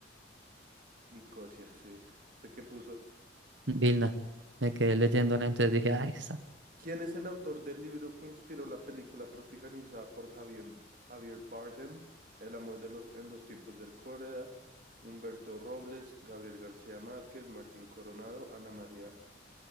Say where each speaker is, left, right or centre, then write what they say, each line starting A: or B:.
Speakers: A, on the right (about 50°); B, on the right (about 75°).
A: Nicosia, sí. ¿Usted qué puso?
B: Vilna. Me quedé
A: Ok.
B: leyendo, ¿no? entonces dije, ah, esa.
A: ¿Quién es el autor del libro que inspiró la película protagonizada por Javier, Javier Bardem, El amor de los, en los tiempos del cólera? Humberto Robles, Gabriel García Márquez, Martín Coronado, Ana María